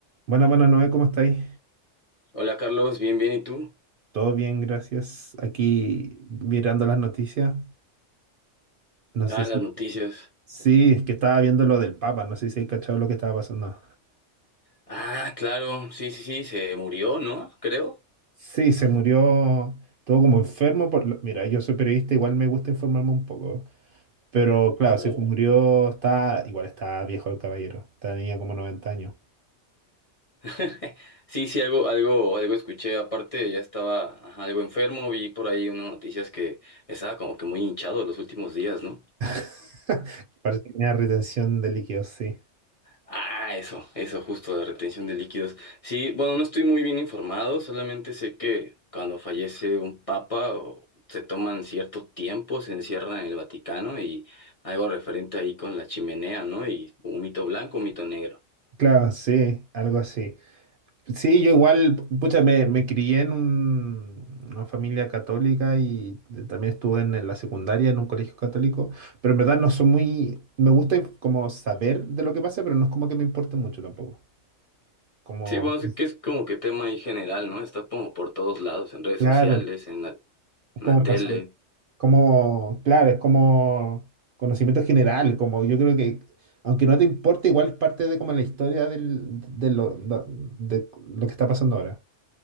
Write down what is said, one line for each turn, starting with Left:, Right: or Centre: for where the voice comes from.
Right: Bueno, bueno, Noé, ¿cómo estáis?
Left: Hola Carlos, bien, bien, ¿y tú?
Right: Todo bien, gracias. Aquí mirando las noticias. No sé
Left: Ah,
Right: si...
Left: las noticias.
Right: Sí, es que estaba viendo lo del Papa, no sé si hay cachado lo que estaba pasando.
Left: Ah, claro, sí, sí, sí, se murió, ¿no? Creo.
Right: Sí, se murió, estuvo como enfermo por... lo- Mira, yo soy periodista, igual me gusta informarme un poco. Pero claro, se
Left: Oh.
Right: murió, está... Igual está viejo el caballero, tenía como noventa años.
Left: <laughs> Sí, sí, algo, algo, algo escuché. Aparte, ya estaba ajá, algo enfermo, vi por ahí unas noticias que estaba como que muy hinchado los últimos días, ¿no?
Right: <laughs> Parece que tenía retención de líquidos, sí.
Left: Ah, eso, eso justo, la retención de líquidos. Sí, bueno, no estoy muy bien informado, solamente sé que cuando fallece un papa o se toman cierto tiempo, se encierran en el Vaticano y algo referente ahí con la chimenea, ¿no? Y un mito blanco, un mito negro.
Right: Claro, sí, algo así. Sí, yo igual, pucha, me, me crié en un- una familia católica y también estuve en, en la secundaria en un colegio católico, pero en verdad no soy muy, me gusta inf- como saber de lo que pasa, pero no es como que me importe mucho tampoco. Como,
Left: Sí, bueno, sé que es como que tema ahí general, ¿no? Está como por todos lados, en redes
Right: claro,
Left: sociales, en la,
Right: es
Left: en
Right: como
Left: la tele.
Right: pasa, como, claro, es como conocimiento general, como yo creo que, aunque no te importe, igual es parte de como la historia del, de lo, de, lo que está pasando ahora,